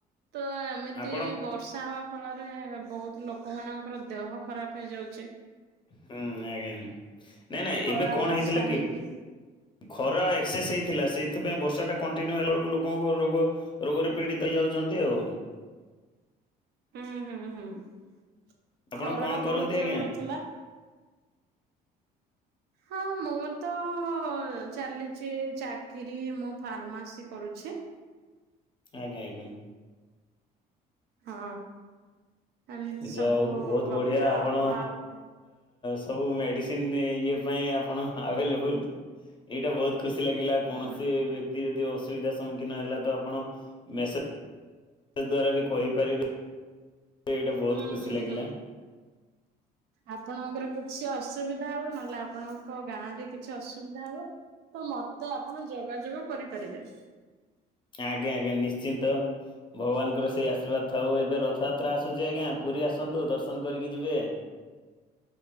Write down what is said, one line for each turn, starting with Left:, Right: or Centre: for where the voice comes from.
Right: ତ ଏମିତି
Left: ଆପଣ
Right: ବର୍ଷା ହ ଫଳରେ ବହୁତ ଲୋକ ମାନଙ୍କର ଦେହ ଖରାପ ହେଇଯାଉଛେ।
Left: ହୁଁ ଆଜ୍ଞା ନାଇଁ ନାଇଁ
Right: ଖରା
Left: ଏବେ କଣ
Right: ବର୍ଷା
Left: ହେଇଥିଲା
Right: ହେଇକି
Left: କି ଖରା ଏକ୍ସସେସ୍ ହେଇଥିଲା ସେଇଥିପାଇଁ ବର୍ଷାଟା କଣ୍ଟିନ୍ୟୁ ହେଲା ବେଳକୁ ଲୋକଙ୍କୁ ରୋଗ ରୋଗରେ ପୀଡିତ ହେଇ ଯାଉଛନ୍ତି ଆଉ।
Right: ହୁଁ ହୁଁ ହୁଁ
Left: ଆପଣ
Right: ଖର
Left: କଣ
Right: ଟା
Left: କରନ୍ତି
Right: ବହୁତ ଜୋର
Left: ଆଜ୍ଞା?
Right: ହଉଥିଲା। ହଁ ମୁଁ ତ ଚାଲିଛି ଚାକିରି ମୁଁ ଫାର୍ମାସି କରୁଛି।
Left: ଆଜ୍ଞା ଆଜ୍ଞା।
Right: ହଁ। ଏମିତି
Left: ଯାହା
Right: ସବୁ
Left: ହଉ ବହୁତ
Right: କଥା
Left: ବଢ଼ିଆ ଆପଣ
Right: ଆଉ ଆଉ
Left: ସବୁ ମେଡ଼ିସିନ ଇଏ ପାଇଁ ଆପଣ ଆଭେଲେବୁଲ୍ ଏଇଟା ବହୁତ ଖୁସି ଲାଗିଲା
Right: ହୁଁ
Left: କୌଣସି କି ଅସୁବିଧା ସମ୍ମୁଖୀନ ହେଲା ଆପଣ ମେଶେଯ ଦ୍ଵାରା ବି କହିପାରିବେ। ଏଇଟା ବହୁତ
Right: ହୁଁ
Left: ଖୁସି
Right: ହୁଁ
Left: ଲାଗିଲା
Right: ହୁଁ। ଆପଣଙ୍କର କିଛି ଅସୁବିଧା ହବ ନହେଲେ ଆପଣଙ୍କ ଗାଁ ରେ କିଛି ଅସୁବିଧା ହବ। ତ ମତେ ଆପଣ ଯୋଗାଯୋଗ କରିପାରିବେ।
Left: ଆଜ୍ଞା ଆଜ୍ଞା ନିଶ୍ଚିନ୍ତ ଭଗବାନଙ୍କର ସେଇ ଆଶୀର୍ବାଦ ଥାଉ ଏବେ ରଥ ରଥଯାତ୍ରା ଆସୁଛି ଆଜ୍ଞା ପୁରୀ ଆସନ୍ତୁ ଦର୍ଶନ କରିକି ଯିବେ।